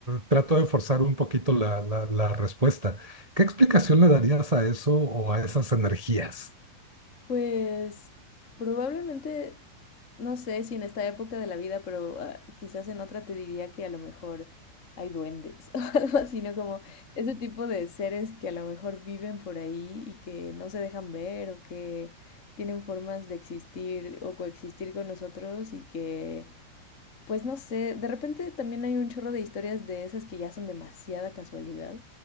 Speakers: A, on the right; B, on the left.
A: trato de forzar un poquito la, la la respuesta. ¿Qué explicación le darías a eso o a esas energías?
B: Pues probablemente, no sé si en esta época de la vida, pero ah, quizás en otra te diría que a lo mejor hay duendes <laughs> o algo así, ¿no? Como ese tipo de seres que a lo mejor viven por ahí y que no se dejan ver o que tienen formas de existir o coexistir con nosotros y que pues no sé, de repente también hay un chorro de historias de esas que ya son demasiada casualidad,